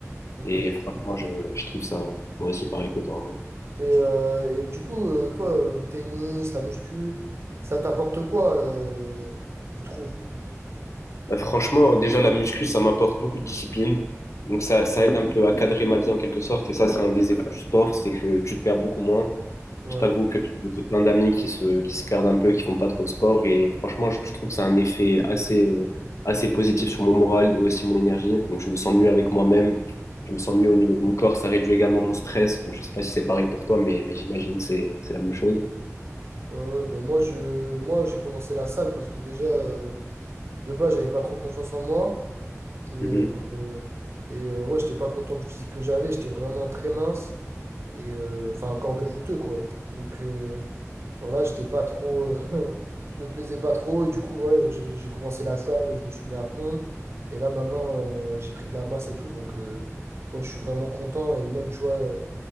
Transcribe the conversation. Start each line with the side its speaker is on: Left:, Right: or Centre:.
Right: ok.
Left: Et franchement, je, je kiffe ça. Moi aussi, pareil que toi. hein.
Right: Et, euh, et du coup, euh, toi, euh, le tennis, la muscu, ça t'apporte quoi, euh, tu trouves?
Left: Bah, franchement, déjà, la muscu, ça m'apporte beaucoup de discipline. Donc, ça, ça aide un peu à cadrer ma vie en quelque sorte. Et ça, c'est un des effets du sport, c'est que tu te perds beaucoup moins.
Right: Ouais,
Left: Je t'avoue que j'ai plein d'amis qui se, qui se perdent un peu, qui font pas trop de sport. Et franchement, je, je trouve que ça a un effet assez, euh, assez positif sur mon moral et aussi mon énergie. Donc, je me sens mieux avec moi-même. Je me sens mieux au niveau de mon corps. Ça réduit également mon stress. Donc, je sais pas si c'est pareil pour toi, mais, mais j'imagine que c'est, c'est la même chose.
Right: ouais, ouais. Ben moi, je, moi, j'ai commencé la salle parce que déjà, euh, de base, j'avais pas trop confiance en moi. Et,
Left: Mhm.
Right: euh, euh, et euh, ouais, j'étais pas content du physique que j'avais. J'étais vraiment très mince. Et euh, enfin, un corps de fouteux, quoi. Donc, euh, voilà, j'étais pas trop. euh, <laughs> je me plaisais pas trop. Et du coup, ouais, j'ai j'ai commencé la salle et je me suis mis à fond. Et là, maintenant, euh, j'ai pris de la masse et tout. Donc, euh, ouais, je suis vraiment content. Et même, tu vois.